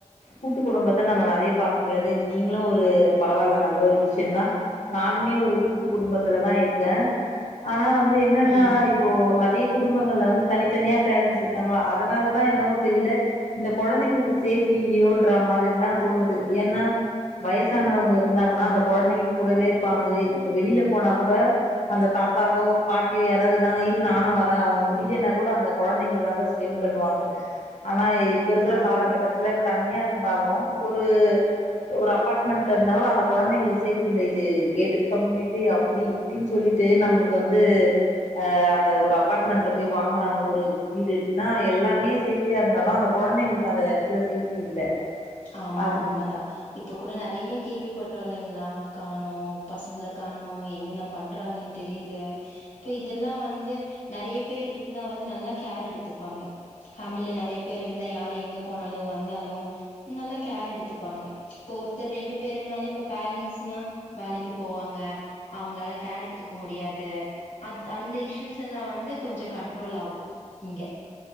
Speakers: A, on the left; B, on the left.
A: கூட்டு குடும்பத்த நம்ம நெறைய பாக்க முடியாது நீங்களு ஒரு பரவாயில்ல நல்ல ஒரு விஷய தா நானுமே ஒரு கூட்டு குடும்பத்துலதா இருக்கே ஆனா வந்து என்னன்னா
B: ம்.
A: இப்போ ந றைய குடும்பங்கள்ல வந்து தனித்தனியா பேரன்ட்ஸ் இருக்காங்களா அதனாலதா என்னவோ தெரியில இந்த கொழந்தைங்களுக்கு சேஃப்டி இல்லையோன்ற மாதிரிலா தோணுது ஏன்னா வயசானவங்க இருந்தாங்கன்னா அந்த கொழந்தைங்க கூடவே இருப்பாங்க இப்ப வெளியில போனா கூட அந்த தாத்தாவோ பாட்டியோ யாராவது இருந்தாங்கனா இரு நானு வ ரே அவங்க முடியிலைன்னா கூட அந்த கொழந்தைங்களுக்காக ஸ்பென்ட் பண்ணுவாங்க ஆனா இப்ப இருக்குற
B: ஆமா.
A: காலகட்டத் துல தனியா இருந்தாலு ஒரு ஒரு அபார்ட்மெண்ட்ல இருந்தாலு அந்த கொழந்தைங்களுக்கு சேஃப்டி இல்ல இது கேட் கம்யூனிட்டி அப் டி இப்டின்னு சொல்லிட்டு நம்மளுக்கு வந்து அ அந்த ஒரு அப் பார்ட்மெண்ட்ல போய் வாங்குறாங்க ஒரு வீடு அப்டினா எல்லாமே சேஃப்டியா இருந்தாலு அந்த கொழந்தைங்களுக்கு அந்த துல சேஃப்டி இல்ல
B: ஆமா
A: அது
B: உண்மதா இப்போ கூட நெறைய கேள்வி பட்றோ இல்லைங்களா காணோ பசங்கள காணோ என்னென்ன பண்றாங்கன் தெரியுது அப்ப இதெல்லா வந்து நெறைய பேர் இருந்தா வந்து நல்லா கேர் எடுத்துப்பாங்க ஃபேமில நெறைய பேர் இருந்தா யாரு எங்க போனாலு வந்தாலு நல்லா கேர் எடுத்துப்பாங்க இப்ப ஒருத்தர் ரெண்டு பேருனாலே இப்ப பேரண்ட்ஸ்னா வேலைக்கு போவாங்க அவங்களால கேர் எடுத்துக்க முடியாது அத் அந்த இஷ்யூஸ் எல்லா வந்து கொஞ்ச கண்ட்ரோல் ஆகு இங்க